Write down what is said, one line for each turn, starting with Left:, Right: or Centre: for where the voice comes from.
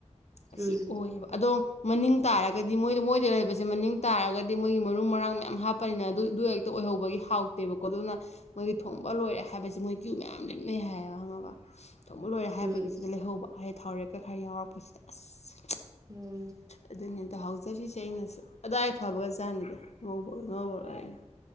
Left: ꯑꯁꯤ
Right: ꯎꯝ
Left: ꯑꯣꯏꯌꯦꯕ ꯑꯗꯣ ꯃꯅꯤꯡ ꯇꯥꯔꯒꯗꯤ ꯃꯣꯏꯗꯣ ꯃꯣꯏꯗ ꯂꯩꯕꯁꯦ ꯃꯅꯤꯡ ꯇꯥꯔꯒꯗꯤ ꯃꯣꯏꯒꯤ ꯃꯔꯨ ꯃꯔꯥꯡ ꯃꯌꯥꯝ ꯍꯥꯞꯄꯅꯤꯅ ꯑꯗꯨ ꯗꯨ ꯍꯦꯛ ꯇ ꯑꯣꯏꯍꯧꯕꯒꯤ ꯍꯥꯎꯇꯦꯕꯀꯣ ꯑꯗꯨꯅ ꯃꯣꯏꯗꯤ ꯊꯣꯡ ꯕ ꯂꯣꯏꯔꯦ ꯍꯥꯏꯕꯁꯤ ꯃꯣꯏ ꯀ꯭ꯌꯨ ꯃꯌꯥꯝ ꯂꯦꯞꯅꯩ ꯍꯥꯏꯌꯦꯕ ꯈꯪꯉꯕ ꯊꯣꯡꯕ ꯂꯣꯏꯔꯦ ꯍꯥꯏꯕꯒꯤ
Right: ꯎꯝ
Left: ꯁꯤꯗ ꯂꯩꯍꯧꯕ ꯍꯥꯏ ꯊꯥꯎꯔꯦꯛꯀꯥ ꯈꯔꯥ ꯌꯥꯎꯔꯛꯄꯁꯤꯗꯤ ꯑꯁ
Right: ꯎꯝ
Left: ꯑꯗꯨꯅꯤ ꯑꯗꯣ ꯍꯥꯎꯖꯔꯤꯁꯦ ꯑꯩꯅꯁꯨ ꯑꯗꯣ ꯑꯩ ꯐꯕꯒ ꯆꯥꯅꯤꯗ ꯉꯧꯕ ꯉꯧꯔꯒꯔꯥ